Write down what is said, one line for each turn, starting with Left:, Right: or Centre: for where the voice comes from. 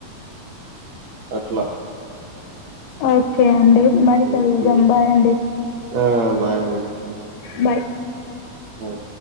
Right: అట్లా
Left: ఓకే అండి మరి
Right: హ్మ్
Left: సెలవు
Right: హ్మ్
Left: జంబాయండి
Right: ఆ బాయ్ అండి
Left: బాయ్
Right: అవు